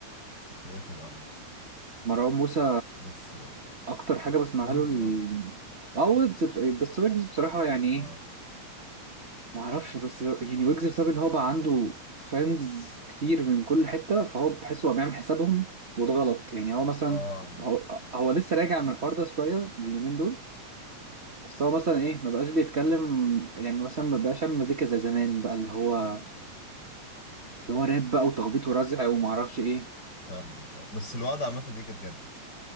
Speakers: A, on the left (about 30°); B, on the right (about 35°).
A: كده كده عامة
B: مروان موسى
A: بس
B: اكتر حاجه بسمعها
A: ويجز
B: له ال...
A: برضه
B: او ويجز بس ويجز بصراحه يعني
A: اه
B: ايه ما اعرفش بس يعني ويجز بسبب ان هو بقى عنده فانز كتير من كل حته فهو بحسه هو بيعمل حسابهم وده غلط يعني هو مثلا
A: اه عامة
B: هو, هو لسه راجع من الحوار ده شويه اليومين دول بس هو مثلا ايه ما بقاش بيتكلم يعني مثلا ما بقاش يعمل مزيكا زي زمان بقى اللي هو اللي هو راب بقى وتخبيط ورزع وما اعرفش ايه
A: فاهمك آه. بس الوضع عامة دي كانت جامدة